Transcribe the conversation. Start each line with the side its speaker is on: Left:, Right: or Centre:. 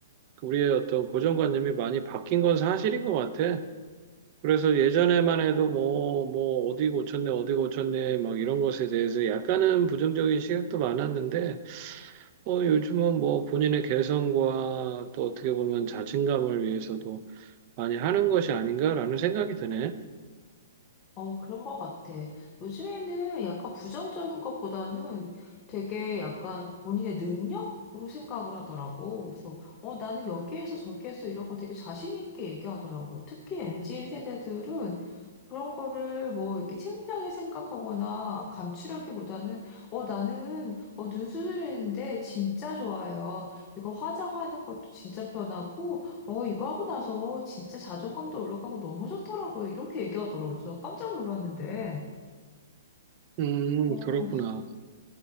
Right: 우리의 어떤 고정관념이 많이 바뀐 건 사실인 것 같아. 그래서 예전에만 해도 뭐, 뭐, 어디 고쳤네, 어디 고쳤네, 막 이런 것에 대해서 약간은 부정적인 시각도 많았는데, 어, 요즘은 뭐 본인의 개성과 또 어떻게 보면 자신감을 위해서도 많이 하는 것이 아닌가라는 생각이 드네.
Left: 어, 그런 것 같아. 요즘에는 약간 부정적인 것보다는 되게 약간 본인의 능력으로 생각을 하더라고. 그래서, 어, 나는 여기에서 저기에서 이런 거 되게 자신 있게 얘기하더라고. 특히 MZ 세대들은 그런 거를 뭐 이렇게 창피하게 생각하거나 감추려기보다는, 어, 나는, 어, 눈 수술했는데 진짜 좋아요. 이거 화장하는 것도 진짜 편하고, 어, 이거 하고 나서 진짜 자존감도 올라가고 너무 좋더라고요. 이렇게 얘기하더라고요. 그래서 깜짝 놀랐는데.
Right: 음,
Left: 어,
Right: 그렇구나.